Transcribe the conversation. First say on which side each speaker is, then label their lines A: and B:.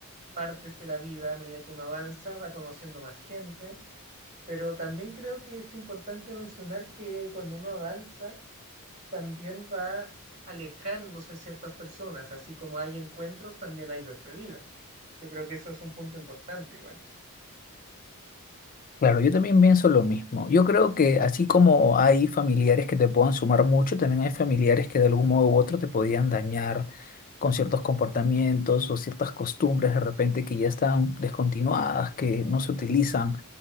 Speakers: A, on the right; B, on the left.
A: partes de la vida a medida que uno avanza, va conociendo más gente, pero también creo que es importante mencionar que cuando uno avanza, también va alejándose ciertas personas, así como hay encuentros, también hay despedidas. Yo creo que eso es un punto importante igual.
B: Claro, yo también pienso lo mismo. Yo creo que así como hay familiares que te puedan sumar mucho, también hay familiares que de algún modo u otro te podían dañar con ciertos comportamientos o ciertas costumbres de repente que ya están descontinuadas, que no se utilizan.